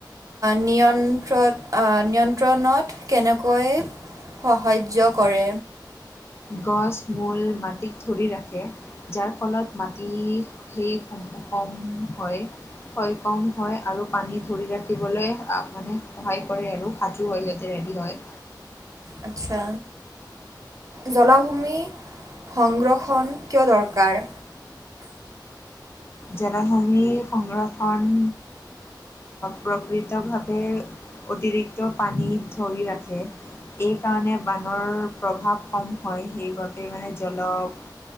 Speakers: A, on the right; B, on the left.
A: নিয়ন্ত্ৰণ নিয়ন্ত্ৰণত কেনেকৈ সাহায্য কৰে
B: গছ মূল মাটিক ধৰি ৰাখে যাৰ ফলত মাটি সেই সমূহকম হয় হয় কম হয় আৰু পানী ধৰি ৰাখিবলৈ মানে সহায় কৰে আৰু আঠু হয় ইয়াতে ৰেডি হয়
A: আচ্ছা জলাভূমি সংৰক্ষণ কিয় দৰকাৰ
B: জলভূমি সংৰক্ষণ প্ৰকৃতভাৱে অতিৰিক্ত পানী ধৰি ৰাখে এইকাৰণে বানৰ প্ৰভাৱ কম হয় সেইবাবে মানে জলক